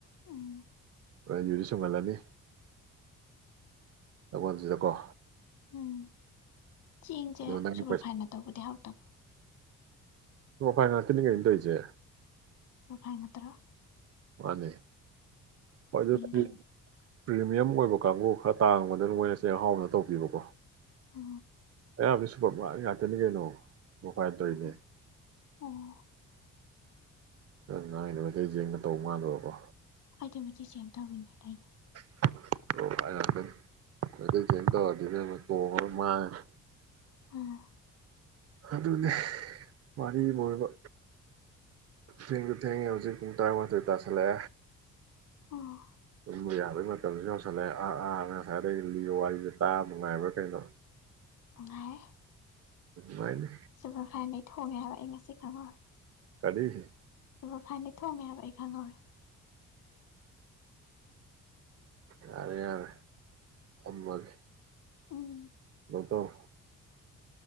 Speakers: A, on the left (about 75°); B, on the right (about 55°).
A: ꯎꯝ
B: ꯍꯣꯏ ꯑꯗꯨꯗꯤ ꯁꯨꯡꯍꯜꯂꯅꯤ ꯂꯣꯟꯁꯤꯗꯀꯣ
A: ꯎꯝ ꯆꯦꯡꯁꯦ
B: ꯑꯗꯨꯒ ꯅꯪꯒꯤ
A: ꯁꯨꯄꯔ ꯐꯥꯏꯅ ꯇꯧꯕꯗꯤ ꯍꯥꯎꯇꯕ꯭ꯔꯥ
B: ꯑꯣ ꯐꯥꯏ ꯉꯇꯅ ꯀꯩ ꯇꯣꯆꯦ
A: ꯐꯥꯏꯅꯠꯇ꯭ꯔ
B: ꯃꯥꯅꯦ ꯄꯝ
A: ꯂꯩꯅꯤ
B: ꯑꯣꯏꯕ ꯀꯥꯡꯕꯨ ꯈꯔ ꯇꯥꯡꯕꯗ ꯃꯣꯏꯅ ꯆꯦꯡꯍꯥꯎꯅ ꯇꯧꯕꯤꯕꯀꯣ
A: ꯎ
B: ꯑꯌꯥꯝꯕ ꯁ ꯄ ꯉꯥꯛꯇꯅꯤ ꯀꯩꯅꯣ ꯃꯐꯥꯏꯅꯦ
A: ꯑꯣ ꯑꯣ
B: ꯅꯥꯏꯗ ꯃꯩꯇꯩ ꯌꯦꯡꯕ ꯇꯧ ꯃꯥꯟꯗꯕꯀꯣ
A: ꯑꯗꯨꯗꯤ ꯃꯇꯤꯛ ꯁꯦꯡ ꯇꯧꯔꯤꯅꯦ ꯂꯩꯅꯦ
B: ꯇ ꯇꯣꯡꯉ ꯃꯥ
A: ꯑꯥ
B: ꯑꯗꯨꯅꯦ ꯃꯔꯤ ꯃꯕ ꯊ ꯇꯨ ꯊ ꯍꯧꯖꯤꯨꯡ ꯇꯥꯏ ꯇ ꯇꯁꯂꯦ
A: ꯑꯥ
B: ꯑꯗꯨꯕ ꯌꯥꯕꯒꯤ ꯃꯇꯝꯁꯨ ꯌꯧꯁꯜꯂꯛꯑꯦ ꯑꯥ ꯑꯥ ꯉꯁꯥꯏꯗꯩ ꯂꯤꯒ ꯋꯥꯔꯤꯁꯦ ꯇꯥꯕ ꯅꯨꯡꯉꯥꯏꯕ꯭ꯔꯥ ꯀꯩꯅꯣ
A: ꯉꯥꯏ
B: ꯍꯣꯥꯏꯅꯦ
A: ꯁꯨꯄꯔ ꯐꯥꯏꯟꯗꯩ ꯊꯣꯡꯉꯦ ꯍꯥꯏꯕ ꯑꯩ ꯉꯁꯤ ꯈꯪꯍꯧꯔꯦ
B: ꯀꯔꯤꯁꯤ
A: ꯁꯨꯔ ꯈꯥꯏꯗꯤ ꯊꯣꯡꯉꯦ ꯍꯥꯏꯕ ꯑꯩ ꯈꯪꯍꯧꯔꯦ
B: ꯌꯥꯔꯦ ꯌꯥꯔꯦ ꯊꯃꯒ
A: ꯎꯝ
B: ꯇꯧ